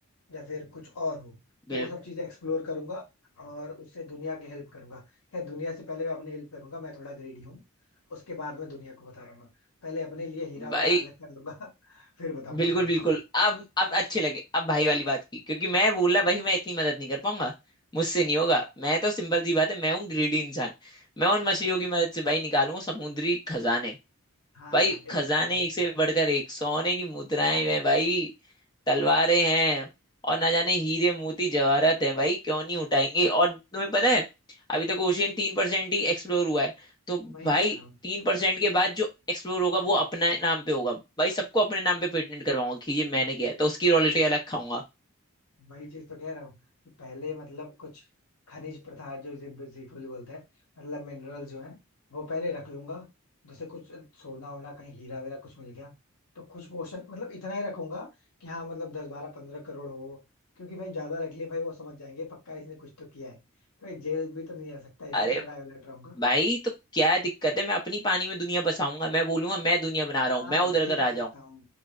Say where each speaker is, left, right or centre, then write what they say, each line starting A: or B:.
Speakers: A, on the left; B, on the left.
A: या फिर कुछ और हो
B: बिल्कुल
A: तो वो सब चीजें एक्सप्लोर करूंगा और उससे दुनिया की हेल्प करूंगा खैर दुनिया से पहले मैं अपनी हेल्प करूंगा मैं थोड़ा ग्रेडी हूँ उसके बाद मैं दुनिया को बता दूंगा पहले अपने लिए हीरा उरा
B: भाई
A: अलग कर लूंगा <laughs> फिर बताऊंगा
B: बिल्कुल
A: भाई
B: बिल्कुल
A: को
B: अब अब अच्छे लगे अब भाई वाली बात की क्योंकि मैं बोला भाई मैं इतनी मदद नहीं कर पाऊंगा मुझसे नहीं होगा मैं तो सिंपल सी बात है मैं हूँ ग्रीडी इंसान मैं उन मछलियों की मदद से भाई निकालूंगा समुद्री खजाने
A: हाँ
B: भाई
A: एग्जैक्टली
B: खजाने एक से बढ़कर एक सोने की मुद्राएं हैं भाई तलवारें हैं और ना जाने हीरे मोती जवाहरात हैं भाई क्यों नहीं उठाएंगे और तुम्हें पता है अभी तक ओशियन तीन परसेंट ही एक्सप्लोर हुआ है तो
A: वही
B: भाई
A: कह रहा हूँ
B: तीन परसेंट के बाद जो एक्सप्लोर होगा वो अपने नाम पे होगा भाई सबको अपने नाम पे पेटेंट करवाऊंगा कि ये मैंने किया है तो उसकी रॉयल्टी अलग खाऊंगा
A: वही चीज तो कह रहा हूँ कि पहले मतलब कुछ खनिज पदार्थ जो इसे बेसिकली बोलते हैं मतलब मिनरल जो है वो पहले रख लूंगा जैसे कुछ सोना वोना कहीं हीरा वीरा कुछ मिल गया तो कुछ पोर्शन मतलब इतना ही रखूंगा कि हाँ मतलब दस बारह पंद्रह करोड़ हो क्योंकि भाई ज्यादा रख लिए भाई वो समझ जाएंगे पक्का इसने कुछ तो किया है तो ये जेल भी तो नहीं जा सकता इसलिए
B: अरे
A: थोड़ा अलर्ट रहूंगा
B: भाई तो क्या दिक्कत है मैं अपनी पानी में दुनिया बसाऊंगा मैं बोलूंगा मैं दुनिया बना
A: हाँ
B: रहा हूँ मैं
A: ये
B: उधर का
A: कर
B: राजा
A: सकता
B: हूँ
A: हूँ